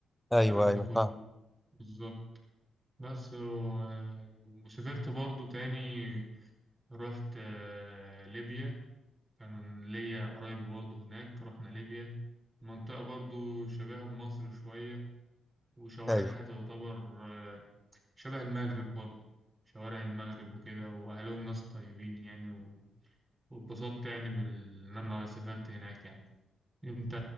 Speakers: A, in the centre; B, on the right.
A: ايوه
B: الكلام
A: ايوه
B: ده كله
A: فاهم
B: بالظبط بس و- وسافرت برضو تاني رحت آه، ليبيا كان ليا قرايب برضو هناك رحنا ليبيا منطقة برضو شبيهة بمصر شوية وشوارعها
A: ايوه
B: تعتبر آه، شبه المغرب برضه شوارع المغرب وكده وأهلهم ناس طيبين يعني و- واتبسطت يعني بال- إن أنا سافرت هناك يعني أنت